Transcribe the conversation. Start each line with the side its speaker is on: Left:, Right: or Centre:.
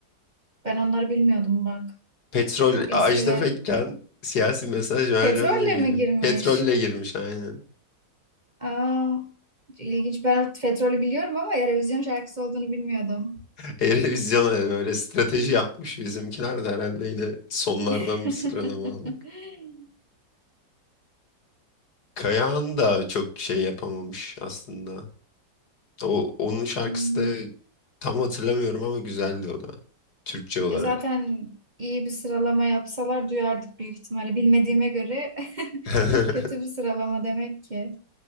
Right: ben onları bilmiyordum bak.
Left: Petrol
Right: Çok
Left: Ajda
Right: eskiler.
Left: Pekkan siyasi mesaj vereceğim
Right: Petrolle
Left: diye gelip
Right: mi girmiş?
Left: petrolle girmiş aynen.
Right: Aa, ilginç. Ben Petrol'ü biliyorum ama Eurovision şarkısı olduğunu bilmiyordum.
Left: <laughs> Eurovision'a böyle strateji yapmış bizimkiler de herhalde yine sonlardan
Right: <laughs>
Left: bir sıralama aldık. Kayahan da çok şey yapamamış aslında. O onun şarkısı
Right: Hmm.
Left: da tam hatırlamıyorum ama güzeldi o da Türkçe olarak.
Right: E zaten iyi bir sıralama yapsalar duyardık büyük ihtimalle. Bilmediğime göre <laughs>
Left: <laughs>
Right: kötü bir sıralama demek ki.